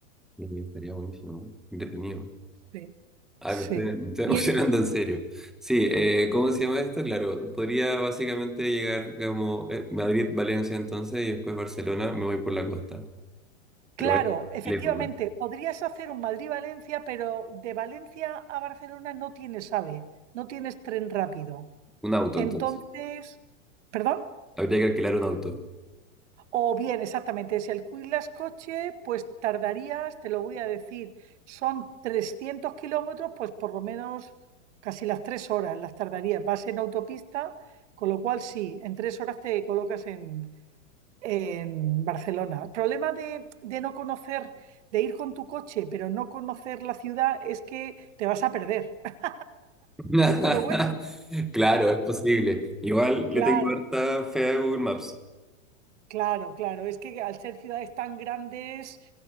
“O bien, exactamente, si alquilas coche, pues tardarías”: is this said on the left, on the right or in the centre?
Right